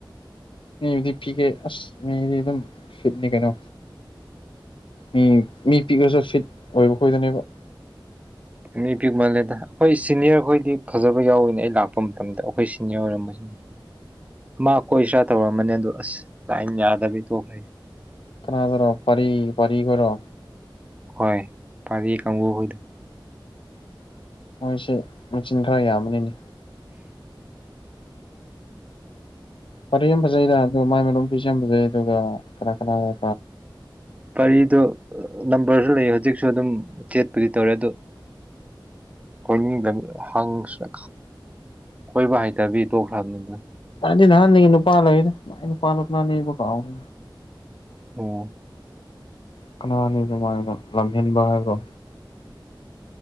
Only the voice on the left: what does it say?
ꯃꯤꯗꯤ ꯄꯤꯛꯑꯦ ꯑꯁ ꯃꯤꯗꯤ ꯑꯗꯨꯝ ꯐꯤꯠꯅꯤ ꯀꯩꯅꯣ ꯃꯤ ꯃꯤ ꯄꯤꯛꯑꯁꯨ ꯐꯤꯠ ꯑꯣꯏꯕ ꯈꯣꯏꯗꯨꯅꯦꯕ
<inaudible>
ꯀꯅꯥꯗꯔꯣ ꯄꯥꯔꯤ ꯄꯥꯔꯤ ꯈꯣꯏꯔꯣ
ꯃꯣꯏꯁꯦ ꯃꯆꯤꯟ ꯈꯔ ꯌꯥꯝꯕꯅꯤꯅꯦ ꯄꯔꯤ ꯌꯥꯝ ꯐꯖꯩꯗ ꯑꯗꯨꯒ ꯃꯥꯏ ꯃꯅꯥꯎ ꯄꯤ ꯁꯨ ꯌꯥꯝ ꯐꯖꯩ ꯑꯗꯨꯒ ꯀꯅꯥ ꯀꯅꯥ ꯍꯥꯏ
ꯑꯗꯨꯗꯤ ꯅꯍꯥꯟꯉꯤ ꯅꯨꯄꯥ ꯂꯩꯗ ꯃꯥꯏ ꯅꯨꯄꯥ <unintelligible> ꯀꯥꯎꯔꯦ
ꯀꯅꯥꯅꯤ ꯑꯗꯨꯃꯥꯏꯅ ꯂꯝꯍꯦꯟꯕ ꯍꯥꯏꯕ꯭ꯔꯣ